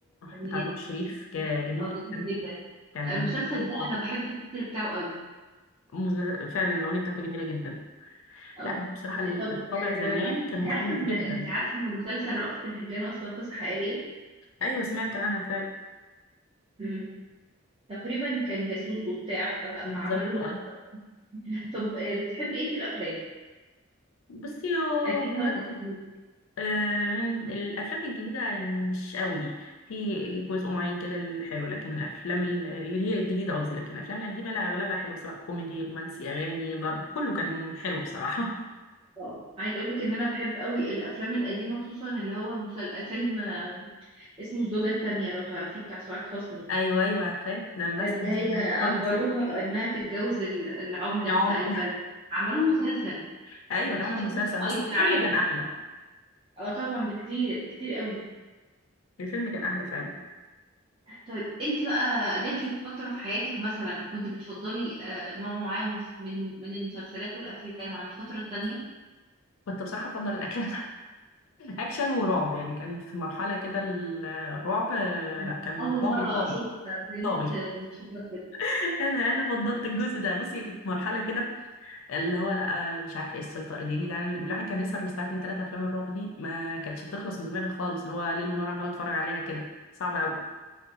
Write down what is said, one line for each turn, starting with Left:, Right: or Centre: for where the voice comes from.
Right: جميل
Left: بتاع نور الشريف جا- جميل
Right: اه
Left: جدا
Right: جميل جدا
Left: كان
Right: المسلسل
Left: كويس
Right: ده
Left: برضو.
Right: انا بحب التتر بتاعه قوي
Left: مز- فعلا الاغنيه بتاعته جميله جدا
Right: أو
Left: لا بصراحه ال-
Right: إيه، طب
Left: الطبع
Right: آه،
Left: زمان كان مختلف
Right: عارفة إن
Left: جدا
Right: أنت عارفة إن مسلسل رأفت الهجان أصلا قصة حقيقية؟
Left: ايوه سمعت عنها فعلا
Right: مم. تقريبا كان جاسوس وبتاع ف-
Left: بالظبط
Right: فعملوا له
Left: آه.
Right: قصة طب آه، بتحبي إيه في الأفلام؟
Left: بصي يا
Right: قديم
Left: حد
Right: ولا جديد؟
Left: آه، من الافلام الجديده يعني مش قوي في جزء معين كده الحلو لكن الافلام ال- اللي هي الجديده قصدي لكن الافلام القديمه لا اغلبها حلو سواء كوميدي رومانسي اغاني ضرب كله كان حلو بصراحه
Right: اه عايز أقول لك إن أنا بحب قوي الأفلام القديمة خصوصا اللي هو مسل... فيلم آه، اسمه الزوجة التانية لو تعرفيه بتاع سعاد حسني
Left: <laughs> ايوه ايوه عارفاه ده من احسن
Right: اللي
Left: المسلسلات
Right: هي أجبروها
Left: خالص
Right: إنها تتجوز ال- العمدة
Left: العمده
Right: بتاع البلد عملوا مسلسل
Left: <laughs> ايوه
Right: لو
Left: اتعمل
Right: تفتكري
Left: مسلسل بس
Right: أيضا
Left: الفيلم
Right: عامر
Left: كان احلى
Right: اه طبعا بكتير بكتير قوي
Left: الفيلم كان احلى فعلا
Right: طيب انت بقى جاتلك فترة في حياتك مثلا كنت بتفضلي آه، نوع معين من من المسلسلات والأفلام عن الفترة التانية
Left: كنت بصراحه افضل الاكشن <laughs> اكشن ورعب يعني كان في مرحله كده ال- الرعب آه،
Right: يعني
Left: لا كان
Right: أول
Left: طاغي
Right: مرة
Left: طاغي
Right: أشوف بنت
Left: طاغي
Right: آه، بتفضل كده
Left: <laughs> انا انا فضلت الجزء ده بصي كانت مرحله كده اللي هو لا مش عارفه ايه السيطره دي يا جدعان الواحد كان يسهر للساعه 2 3 افلام الرعب دي ما كانتش بتخلص من دماغي خالص اللي هو ليل ونهار عماله اتفرج عليها كده صعب قوي